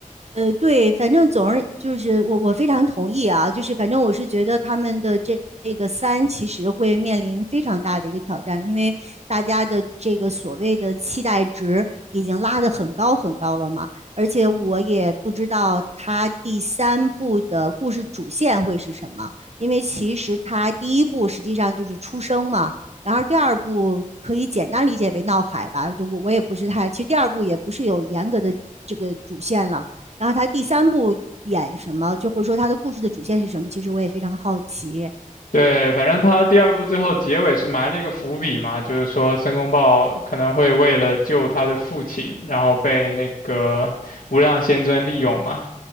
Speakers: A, on the right (about 50°); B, on the left (about 75°).
A: 呃，对，反正总而就是我我非常同意啊，就是反正我是觉得他们的这这个三其实会面临非常大的一个挑战，因为大家的这个所谓的期待值已经拉得很高很高了嘛，而且我也不知道他第三部的故事主线会是什么，因为其实他第一部实际上就是出生嘛。然后第二部可以简单理解为闹海吧，就我我也不是太，其实第二部也不是有严格的这个主线了，然后他第三部演什么，就或者说他的故事的主线是什么，其实我也非常好奇。
B: 对，反正他第二部最后结尾是埋了一个伏笔嘛，就是说申公豹可能会为了救他的父亲，然后被那个无量仙尊利用嘛。